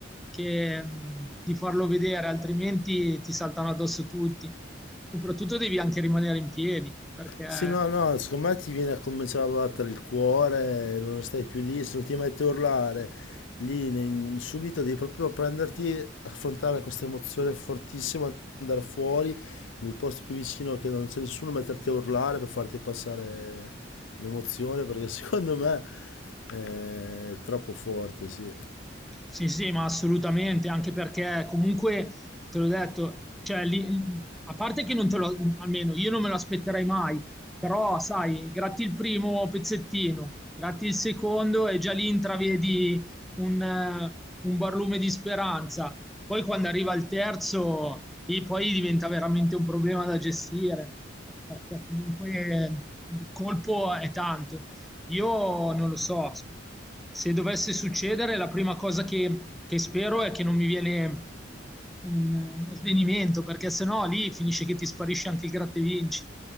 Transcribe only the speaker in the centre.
che, mh, di farlo vedere, altrimenti ti saltano addosso tutti. Soprattutto devi anche rimanere in piedi perché
Sì, sì, ma assolutamente, anche perché comunque, te l'ho detto, cioè, lì- a parte che non te lo, almeno io non me lo aspetterei mai, però sai, gratti il primo pezzettino, gratti il secondo e già lì intravedi un, eh, un barlume di speranza. Poi quando arriva il terzo, lì poi diventa veramente un problema da gestire, perché comunque eh, il colpo è tanto. Io non lo so, se dovesse succedere, la prima cosa che, che spero è che non mi viene un- uno svenimento, perché sennò lì finisce che ti sparisce anche il gratta e vinci.